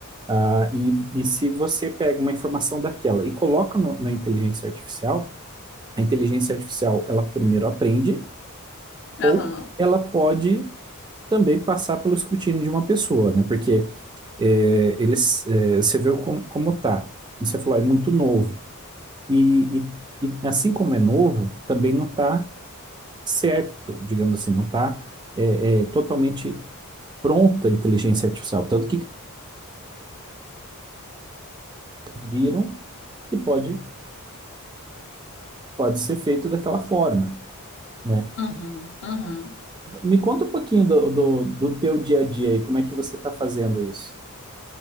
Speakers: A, on the right; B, on the left.
A: Ah, e, e se você pega uma informação daquela e coloca no- na inteligência artificial, a inteligência artificial, ela primeiro aprende, Ou
B: Aham,
A: ela pode também passar pelo escrutínio de uma pessoa, né? Porque é, eles, é, você vê como, como tá. Como você falou, é muito novo. E, e, e assim como é novo, também não está certo, digamos assim, não está é, é, totalmente pronta a inteligência artificial. Tanto que viram que pode, pode ser feito daquela forma, né?
B: uhum, uhum.
A: Me conta um pouquinho do, do, do teu dia a dia e como é que você está fazendo isso.